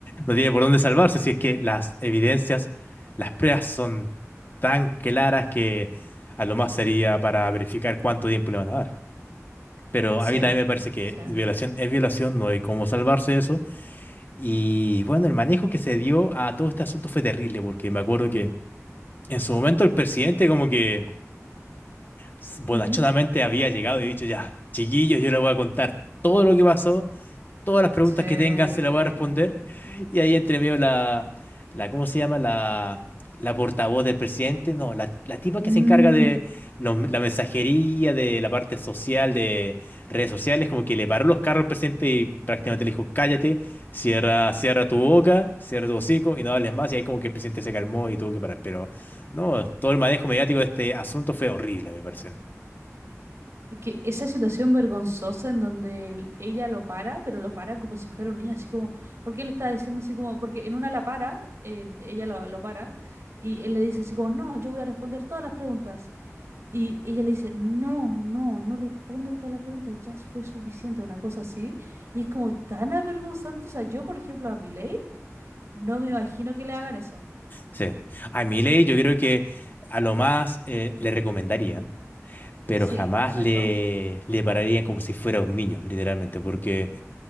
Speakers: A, on the left; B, on the right.
A: no tiene por dónde salvarse si es que las evidencias, las pruebas son tan claras que a lo más sería para verificar cuánto tiempo le van a dar. Pero
B: Sí,
A: a mí también me parece que
B: sí.
A: violación es violación, no hay cómo salvarse de eso. Y bueno, el manejo que se dio a todo este asunto fue terrible, porque me acuerdo que en su momento el presidente como que s- bonachonamente
B: Ujú.
A: había llegado y dicho, ya, chiquillos, yo les voy a contar todo lo que pasó Todas las preguntas
B: Sí.
A: que tengas se las voy a responder. Y ahí entre medio la, la ¿cómo se llama? La, la portavoz del presidente. No, la, la tipa que
B: Mm.
A: se encarga de los- la mensajería, de la parte social, de redes sociales, como que le paró los carros al presidente y prácticamente le dijo, cállate, cierra, cierra tu boca, cierra tu hocico y no hables más. Y ahí como que el presidente se calmó y tuvo que parar. Pero no, todo el manejo mediático de este asunto fue horrible, a mi parecer.
B: Es que esa situación vergonzosa en donde él- ella lo para, pero lo para como si fuera un niño, así como, porque él está diciendo así como, porque en una la para, él- ella lo, lo para, y él le dice así como, no, yo voy a responder todas las preguntas. Y ella le dice, no, no, no responda todas las preguntas, ya fue suficiente, una cosa así. Y es como tan avergonzante, o sea, yo, por ejemplo, a Miley, no me imagino que le hagan eso.
A: Sí. A Milei yo creo que a lo más eh, le recomendaría pero
B: Sí,
A: jamás
B: exacto.
A: le, le pararían como si fuera un niño, literalmente, porque